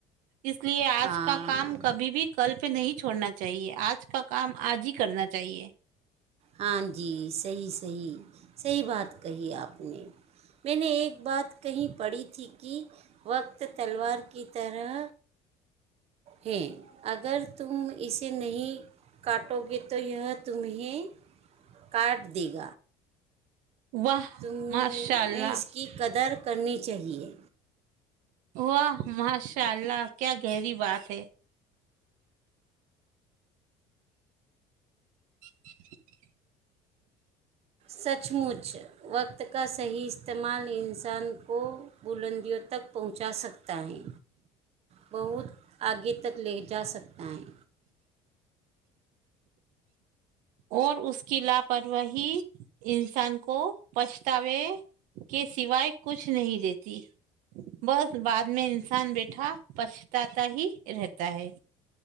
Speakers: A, on the right; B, on the right.
A: اس لیے آج
B: ہاں
A: کا کام کبھی بھی کلپ نہیں چھوڑنا چاہیے آج کا کام آج ہی کرنا چاہیے
B: ہاں جی صحیح صحیح صحیح بات کہی آپ نے میں نے ایک بات کہی پڑھی تھی کہ وقت تلوار کی طرح ہے اگر تم اسے نہیں کاٹو گے تو یہ تمہیں کاٹھ دیھ
A: واہ
B: تم
A: ماشاء اللہ
B: میں اس کی قدر کرنی چاہیے
A: واہ ماشاء اللہ کیا گہری بات ہے <unintelligible>
B: سچ مچ وقت کا صحیح استعمال انسان کو بلندیوں تک پہنچا سکتا ہے بہت آگے تک لے جا سکتا ہے
A: اور اس کی لاپرواہی انسان کو پچھتاوے کے سوائے کچھ نہیں دیتی بس بعد میں انسان بیٹھا پچتاا ہی رہتا ہے